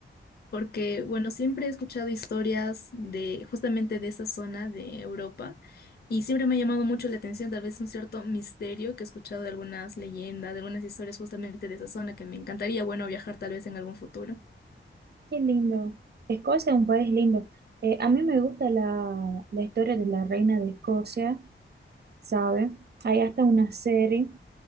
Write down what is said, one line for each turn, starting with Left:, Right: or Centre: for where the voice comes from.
Left: porque, bueno, siempre he escuchado historias de justamente de esa zona de Europa y siempre me ha llamado mucho la atención, tal vez un cierto misterio que he escuchado de algunas leyendas, de algunas historias justamente de esa zona que me encantaría, bueno, viajar tal vez en algún futuro.
Right: Qué lindo. Escocia es un país lindo. Eh, a mí me gusta la, la historia de la reina de Escocia, ¿sabes? Hay hasta una serie